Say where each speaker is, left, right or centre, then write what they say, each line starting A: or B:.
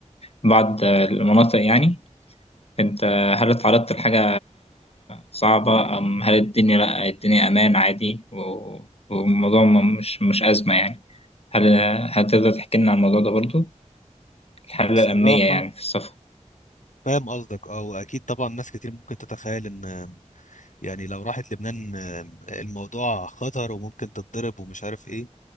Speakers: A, on the left; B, on the left.
A: بعض المناطق يعني أنت هل اتعرضت لحاجة صعبة أم هل الدنيا لأ الدنيا أمان عادي و- والموضوع م- مش مش أزمة يعني هل هتقدر تحكي لنا عن الموضوع ده برضو؟ الحالة
B: صراحة
A: الأمنية يعني في السفر
B: فاهم قصدك اه واكيد طبعا ناس كتير ممكن تتخيل ان يعني لو راحت لبنان آه، الموضوع خطر وممكن تتضرب ومش عارف ايه